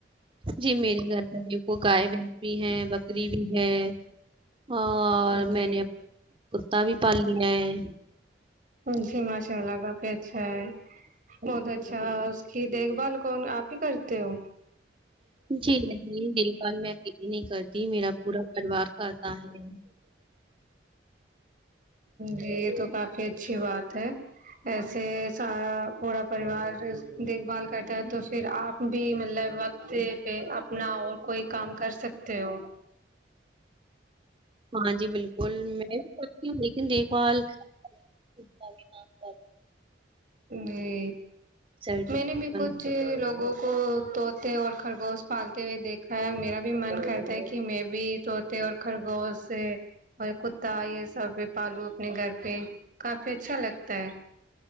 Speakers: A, on the right; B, on the right.
A: جی میرے گھر والاری کو غائب ہے بھی ہیں بکری بھی ہے اور
B: جی
A: میں نے کتا بھی پالالیا ہے <inaudible>
B: جی ماشاءلہ کافی اچھا ہے بہت اچھا اس کی دیکھ بھال کون آپ ہی کرتے ہو
A: جی نہیں دل بال میں نہیں کرتی میرا پورا پریوار کرتا ہے
B: جی یہ تو کافی اچھی بات ہے ایسے سارا پورا پریوار دیکھ بھال کرتا ہے تو پھر آپ بھی مطلب وقت پہ اپنا اور کوئی کام کر سکتے ہو
A: ہاں جی بالکل میں بھی سچتی ہوں لیکن دیکھ بھال اچ سچ
B: جی
A: سرٹیفکیٹ
B: میں نے بھی
A: بنا
B: کچھ لوگوں کو طوط اور خرگوش پالتے ہوئے دیکھا ہے میرا بھی من کرتا ہے کہ میں بھی طوط اور خرگوش اور کتا یہ سب پالوں اپنے گھر پہ کافی اچھا لگتا ہے